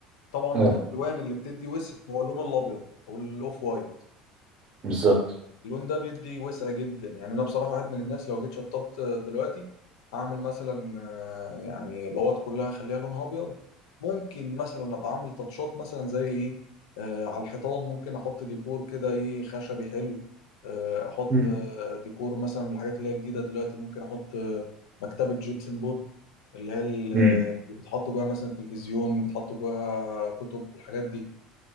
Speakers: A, on the left; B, on the right.
A: طبعا
B: اه
A: من الالوان اللي بتدي وسع هو اللون الابيض او الاوف وايت
B: بالظبط
A: اللون ده بيدي وسع جدا يعني انا بصراحه واحد من الناس لو جيت شطبت دلوقتي هعمل مثلا آه، يعني الاوض كلها اخليها لونها ابيض ممكن مثلا ابقى اعمل تاتشات مثلا زي ايه آه على الحيطان ممكن احط ديكور كده ايه خشبي حلو آه احط
B: امم
A: آه، ديكور مثلا من الحاجات اللي هي جديده دلوقتي ممكن احط آه، مكتبه جيبسن بورد اللي هي ال- آه،
B: امم
A: اللي بتحط جواها مثلا التلفزيون بتحط جواها كتب الحاجات دي